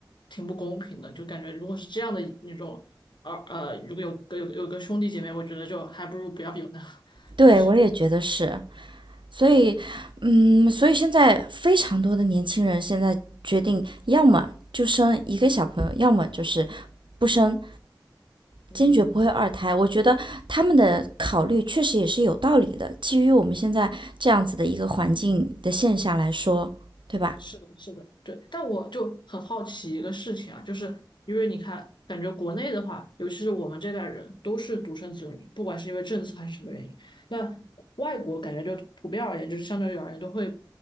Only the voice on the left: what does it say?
挺不公平的，就感觉如果是这样的那种，呃呃，如果有个有个有个兄弟姐妹，我觉得就还不如不要有呢，<laughs>
确实，
嗯。
是的，是的，对。但我就很好奇一个事情啊，就是因为你看，感觉国内的话，尤其是我们这代人都是独生子女，不管是因为政策还是什么原因。那外国感觉就普遍而言，就是相对于而言都会